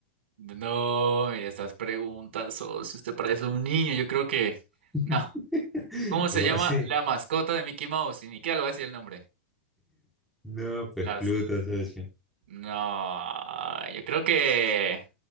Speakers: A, on the right; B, in the centre.
A: No, mire estas preguntas, socio. Usted parece un niño. Yo creo que.
B: <laughs>
A: No. ¿Cómo se
B: ¿Cómo
A: llama
B: así?
A: la mascota de Mickey Mouse? Y ni siquiera le voy a decir el nombre.
B: No, pues
A: Las.
B: Pluto, socio.
A: No. Yo creo que.